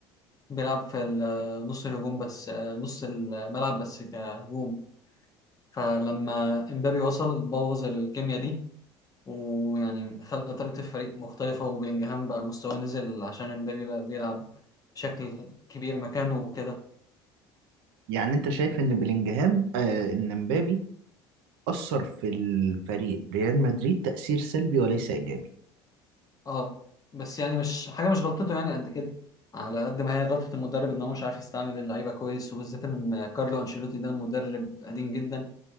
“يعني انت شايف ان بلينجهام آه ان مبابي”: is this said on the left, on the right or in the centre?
Right